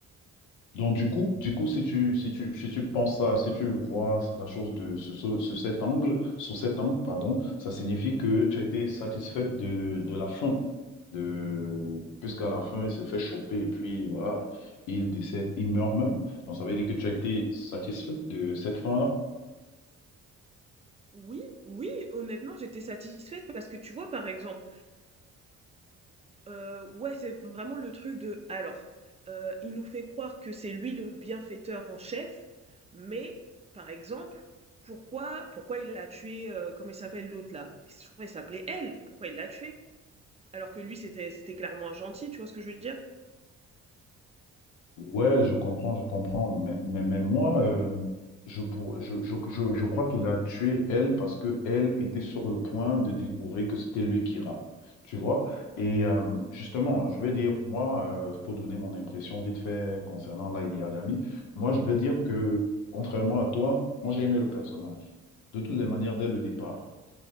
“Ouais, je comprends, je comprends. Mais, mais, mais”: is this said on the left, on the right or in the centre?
Left